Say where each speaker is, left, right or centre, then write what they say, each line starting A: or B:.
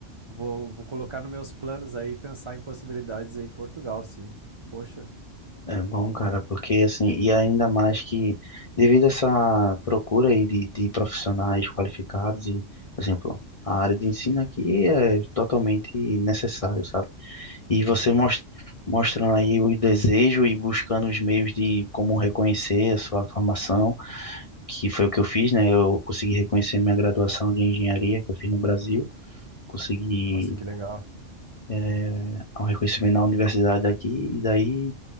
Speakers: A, on the right (about 50°); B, on the left (about 45°).
A: vou, vou colocar nos meus planos aí pensar em possibilidades aí em Portugal, sim. Poxa,
B: é bom, cara, porque assim, e ainda mais que devido a essa procura aí de, de profissionais qualificados e, por exemplo, a área de ensino aqui é totalmente necessário, sabe? E você
A: Uhum.
B: mos- mostrando aí o desejo e buscando os meios de como reconhecer a sua formação, que foi o que eu fiz, né? Eu consegui reconhecer minha graduação de engenharia que eu fiz no Brasil, consegui
A: nossa, que legal.
B: é, um reconhecimento na universidade daqui, e daí